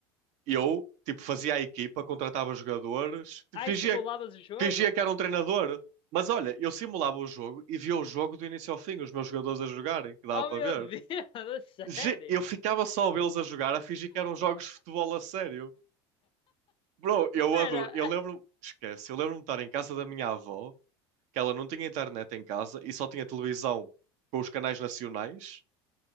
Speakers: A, on the right; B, on the left.
A: Eu, tipo, fazia a equipa, contratava jogadores, tipo,
B: Ai,
A: fingia,
B: simulavas o jogo?
A: fingia que era um treinador. Mas olha, eu simulava o jogo e via o jogo do início ao fim, os meus jogadores a jogarem, que dava
B: Oh,
A: para
B: meu
A: ver.
B: Deus, <laughs> a sério?
A: Ge- Eu ficava só a vê-los a jogar, a fingir que eram jogos de futebol a sério. Bro, eu
B: Espera.
A: adoro. Eu lembro, esquece, eu lembro-me de estar em casa da minha avó, que ela não tinha internet em casa e só tinha televisão com os canais nacionais.